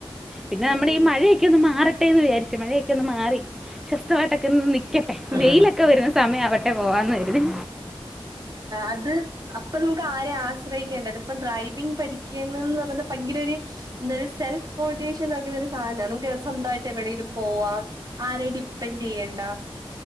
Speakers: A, in the centre; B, on the right.
A: പിന്നെ
B: ഉം
A: നമ്മുടെ ഈ മഴയൊക്കെ ഒന്ന് മാറെ പച്ചിമഴയൊക്കെ ഒന്ന് മാറി ശവസ്തമായിട്ടൊക്കെ ഒന്ന് നിക്കട്ടെ
B: ആഹ്
A: വെയിലൊക്കെ വരുന്ന സമയം ആവട്ടെ പോവാന്ന് വരുന്നു
B: അത് അപ്പൊ നമുക്ക് ആര ആശ്രയിക്കേണ്ടല്ല ഇപ്പൊ ഡ്രൈവിങ് പഠിക്കന്ന് പറഞ്ഞ ഭയങ്കര ഒരു എന്ത സെൽഫ് മോട്ടിവേഷൻ നുന്ന ഒരു സാധനണ സ്വന്തമായിട്ട് എവിടെങ്കിലും പോവാം ആരേ ഡിപ്പെെൻഡ് ചെയ്യണ്ട